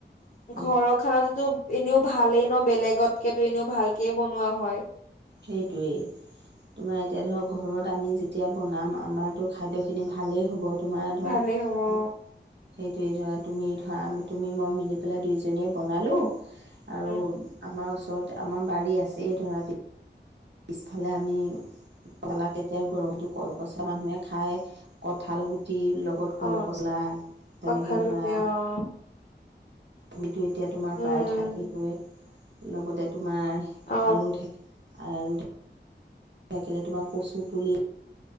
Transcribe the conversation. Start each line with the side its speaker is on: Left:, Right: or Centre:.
Right: অ',
Left: ঘৰত খানাটোতো এনেও ভালেই ন, বেলেগতকে এনেও ভালকে বনোৱা হয়।
Right: সেইটোৱেই। তোমাৰ এতিয়া ধৰক ঘৰত আমি যেতিয়া বনাম, আমাৰতো খাদ্যখিনি ভালেই হ'ব। তোমাৰ ধৰা
Left: ভালেই
Right: সেইটোৱে
Left: হ'ব অ
Right: ধৰা, তুমি ধৰা তুমি মই মিলি পেলাই দুইজনীয়ে বনালোঁ। আৰু
Left: উম
Right: আমাৰ ওচৰতে আমাৰ বাৰী আছেই ধৰা। পিছফালে আমি তোলা এতিয়া গৰমতো কলপচলা মানুহে খায়ে, কঠাল গুটি লগ ক'ত
Left: অ
Right: ক'ল পচলা তেনেকে
Left: কঠাল গুটি
Right: ধৰা
Left: অ'।
Right: <unintelligible> এতিয়া তোমাৰ
Left: উম
Right: প্ৰায় থাকিবই, লগতে তোমাৰ-
Left: অ
Right: আৰু ঢেক আৰু ঢেক থাকিলে তোমাৰ কচু পুলি